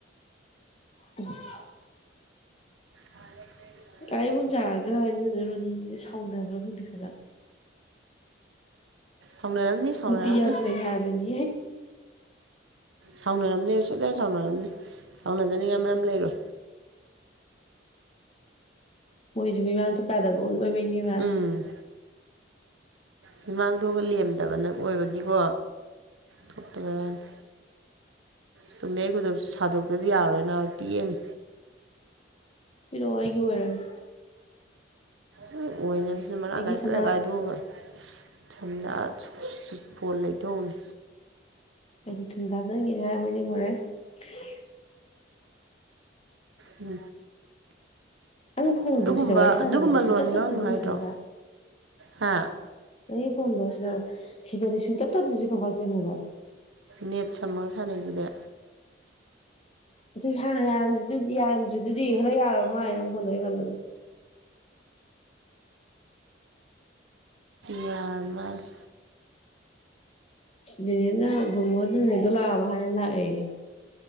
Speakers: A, on the left; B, on the right.
A: ꯎꯝ
B: ꯑꯁ
A: ꯀꯥ ꯏꯕꯣꯝꯆꯒ ꯏꯟꯗꯣꯝꯆꯥ ꯔꯣꯅꯤ ꯁꯥꯎꯅꯕ꯭ꯔ ꯈꯪꯗ ꯈꯥꯒꯥ
B: ꯁꯥꯎꯅꯔꯝꯅꯤ ꯁꯥꯎꯅꯔꯝꯅꯤ
A: ꯅꯨꯄꯤ ꯌꯝ ꯂꯩ ꯍꯥꯏꯕꯅꯤ
B: ꯁꯥꯎꯅꯔꯝꯅꯦꯕ ꯁꯣꯏꯗꯅ ꯁꯥꯎꯅꯔꯝꯅꯤ ꯁꯥꯎꯅꯗꯅꯤꯡꯉꯥꯏ
A: ꯎꯝ
B: ꯃꯔꯝ ꯂꯩꯔꯣꯏ
A: ꯃꯣꯏꯁꯨ ꯃꯤꯃꯥꯡ ꯊꯣꯛꯄꯥꯥ ꯌꯗꯕ ꯑꯣꯏꯕꯩꯅꯦꯕ
B: ꯎꯝ ꯃꯤꯃꯥꯡ ꯊꯣꯛꯑꯒ ꯂꯦꯝꯗꯕꯅ ꯑꯣꯏꯕꯒꯤꯀꯣ ꯊꯣꯛꯇꯕꯩ ꯋꯥꯅꯤ ꯆꯨꯝꯃꯦ ꯑꯩ ꯈꯨꯗꯣꯞꯁꯦ ꯁꯥꯗꯣꯛꯇꯗꯤ ꯌꯥꯔꯣꯏꯅꯥꯕ ꯇꯤꯛꯑꯅꯤ
A: ꯄꯤꯔꯣ ꯑꯩꯒꯤ ꯑꯣꯏꯔꯒꯦ
B: ꯍꯣꯏ ꯑꯣꯏꯅꯕꯖꯨ ꯃꯔꯥꯡ
A: ꯑꯩꯒꯤ
B: ꯀꯥꯏ ꯊꯣꯛ
A: ꯁꯅꯥ
B: ꯍꯦꯛ ꯀꯥꯏꯊꯣꯛꯑꯒ ꯊꯝꯅ ꯐꯣꯜ ꯂꯩꯊꯣꯛꯎꯅꯤ
A: ꯑꯩꯗꯤ ꯊꯨꯟꯗ ꯍꯥꯞꯆꯤꯟꯒꯦꯅꯦ ꯍꯥꯏꯕꯣꯏ ꯅꯤꯡꯉꯣꯔꯦ <unintelligible>
B: ꯎꯝ
A: ꯅꯪ ꯐꯣꯟꯗꯣ
B: ꯑꯗꯨꯒꯨꯝꯕ
A: ꯁꯤꯗ ꯋꯥꯔꯤ ꯁꯥꯟꯅꯕꯗꯤ
B: ꯑꯗꯨꯒꯨꯝꯕ
A: ꯁꯨꯡꯇꯠ
B: ꯂꯣꯟ ꯉꯥꯡꯅꯨ
A: ꯇꯠꯇꯦꯗꯣ
B: ꯍꯥꯏꯗ꯭ꯔꯣ
A: ꯀꯩꯒꯤꯅꯣꯕ
B: ꯍꯥ
A: ꯅꯪꯒꯤ ꯐꯣꯟꯗꯧ ꯁꯤꯗ ꯁꯤꯗꯗꯤ ꯁꯨꯡꯇꯠꯇ ꯇꯠꯗꯔꯤꯁꯦ ꯀꯃꯥꯏꯟ ꯇꯧꯔꯤꯅꯣꯕ
B: ꯅꯦꯠ ꯁꯝꯃ ꯁꯥꯅꯩꯖꯤꯗꯤ
A: ꯑꯗꯨ ꯍꯥꯟꯅ ꯌꯥꯔꯝꯁꯤꯗꯤ ꯌꯥꯔꯝꯗ꯭ꯔꯔꯤꯗꯨꯗꯤ ꯈꯔ ꯌꯥꯔꯕ ꯃꯥꯜꯂꯦ ꯅꯪ ꯐꯣꯟꯗꯔꯤ ꯈꯟꯕꯗꯣ
B: ꯌꯥꯔꯃꯜꯂꯦ
A: ꯅꯦꯅꯦꯅ ꯕꯨꯡꯉꯣ ꯑꯗꯨꯅꯤꯗꯣ ꯂꯥꯕ ꯍꯥꯏ ꯂꯥꯛꯑꯦꯌꯦ